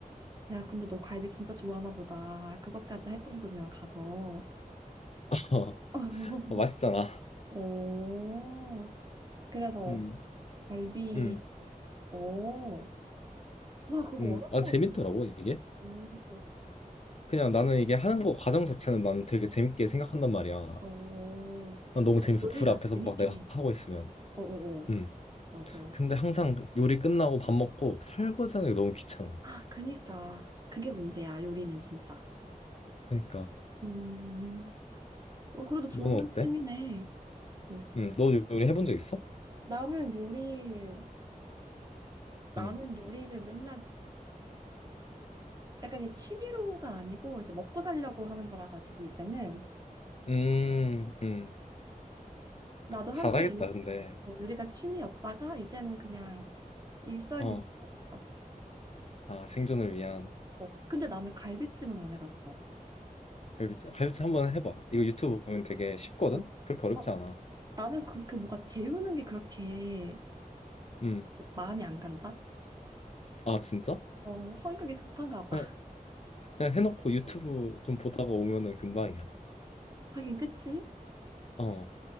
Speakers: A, on the right (about 25°); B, on the left (about 45°).
A: 야, 근데 너 갈비 진짜 좋아하나 보다. 그것까지 할 정도면 가서.
B: <laughs>
A: <laughs>
B: 어, 맛있잖아.
A: 오, 그래서
B: 음,
A: 갈비,
B: 음,
A: 오, 와, 그거
B: 음.
A: 어려운
B: 아,
A: 것
B: 재밌더라고,
A: 같은데.
B: 이게.
A: 오,
B: 그냥 나는 이게 하는 거 과정 자체는 나는 되게 재밌게 생각한단 말이야.
A: 오,
B: 난 너무
A: 야,
B: 재밌어.
A: 요리가
B: 불 앞에서
A: 재밌긴
B: 막 내가
A: 해.
B: 하고 있으면.
A: 오, 오,
B: 음.
A: 오, 맞아.
B: 근데 항상 요리 끝나고 밥 먹고 설거지하는 게 너무 귀찮아.
A: 아, 그니까. 그게 문제야, 요리는 진짜.
B: 그러니까
A: 음, 어, 그래도 좋은
B: 너는 어때?
A: 취미네. 음.
B: 음. 너 요리 해본 적 있어?
A: 나는 요리, 나는
B: 음.
A: 요리를 맨날 약간 이제 취미로가 아니고 이제 먹고 살려고 하는 거라 가지고 이제는
B: 음. 음.
A: 나도 한때
B: 잘하겠다.
A: 요-
B: 근데
A: 어, 요리가 취미였다가 이제는 그냥 일상이
B: 어.
A: 되어버렸어.
B: 아, 생존을 위한
A: 어, 근데 나는 갈비찜은 안 해봤어.
B: 갈비찜. 갈비찜 한번 해봐. 이거 유튜브 보면 되게 쉽거든.
A: 어,
B: 그렇게 어렵지
A: 어,
B: 않아.
A: 나는 그렇게 뭐가 재우는 게 그렇게
B: 음.
A: 마음이 안 간다?
B: 아, 진짜?
A: 어, 성격이 급한가 봐.
B: 그냥,
A: <laughs>
B: 그냥 해놓고 유튜브 좀 보다가 오면은 금방이야.
A: 하긴, 그치?
B: 어.